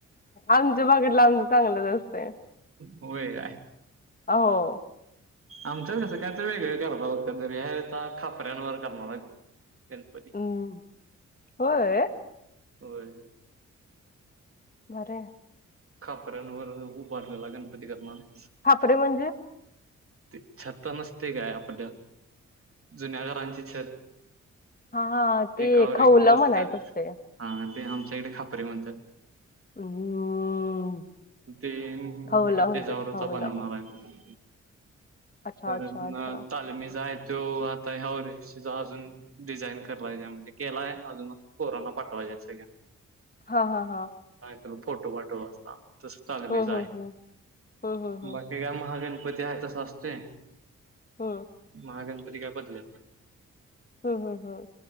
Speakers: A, on the left; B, on the right.
A: आमच्या बागतल आमच चांगलंच असतयं.
B: होय काय.
A: हो.
B: आमचं कसं काही तर वेगळ कारभार असत्यात दरवेळी. ह्यावेळी आता खापऱ्यांवर करणार हाईत. गणपती.
A: हम्म होय
B: होय.
A: बरे.
B: खापऱ्यांवर उभारलेला गणपती करनरेत.
A: खापरे म्हणजे?
B: ते छत नसते काय आपलं जुन्या घांरांची ची छत.
A: हा हा ते
B: एकावर
A: खौलं
B: एक रस्त्यात
A: म्हणायचं असतयं.
B: हा ते आमच्या इकडे खापरे म्हणतात.
A: हम्म
B: ते
A: खवलं
B: त्याच्यावरचा
A: म्हणतात खवलं
B: बनवणार हाय आम्ही.
A: अच्छा
B: परत
A: अच्छा अच्छा
B: ना तालमीज आहे तो तो आता ह्याचा अजून डिझाईन कराय म्हणजे केला अजून पोरांना पाठवाय का <inaudible>
A: हा, हा, हा.
B: फोटो पाठवला असता तस तालमीचा
A: हम्म
B: हाय.
A: हम्म हम्म हम्म हम्म
B: बाकी काय म हागण पती हाय तसा असतोय
A: हम्म
B: महागणपती काय बदलतं नाही.
A: हम्म हम्म हम्.